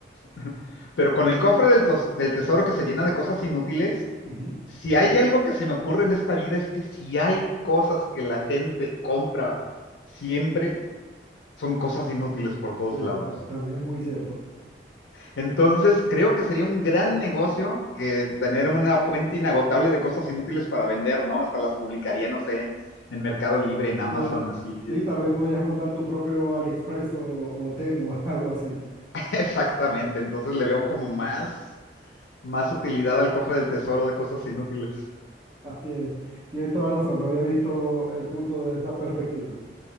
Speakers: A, on the left (about 85°); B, on the right (about 30°).
A: <laughs> Pero con el cofre del, tos- del tesoro que se llena de cosas inútiles,
B: Ujú.
A: si hay algo que se me ocurre en esta vida es que si hay cosas que la gente compra siempre, son cosas inútiles por todos
B: Sí,
A: lados.
B: ta- también es muy cierto.
A: Entonces, creo que sería un gran negocio que tener una fuente inagotable de cosas inútiles para vender, ¿no? Hasta las publicaría, no sé, en Mercado Libre, en Amazon,
B: pod-
A: así.
B: sí, tal vez podrías montar tu propio AliExpress o, o Temu, <laughs> algo así.
A: <laughs> Exactamente. Entonces le veo como más, más
B: <laughs>
A: utilidad al cofre del tesoro de cosas inútiles.
B: Tienes, tienes toda razón, no había visto el punto desde esa perspectiva.